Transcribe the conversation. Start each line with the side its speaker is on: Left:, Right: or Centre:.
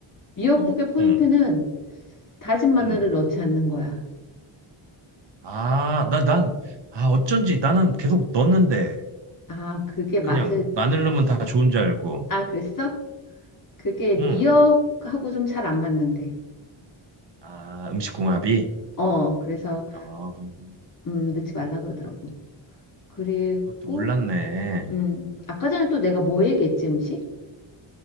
Left: 미역국의
Right: 음,
Left: 포인트는
Right: 음.
Left: 다진 마늘을
Right: 음.
Left: 넣지 않는 거야.
Right: 아, 나, 난, 아, 어쩐지 나는 계속 넣었는데,
Left: 아, 그게 맛을
Right: 그냥 마늘 넣으면 다 좋은 줄 알고.
Left: 아, 그랬어? 그게 미역하고
Right: 음. 음.
Left: 좀 잘 안 맞는데.
Right: 아, 음식 궁합이?
Left: 어, 그래서
Right: 아, 그럼
Left: 음, 넣지 말라 그러더라고. 그리고
Right: 그것도 몰랐네.
Left: 음, 아까 전에 또 내가 뭐 얘기했지, 음식?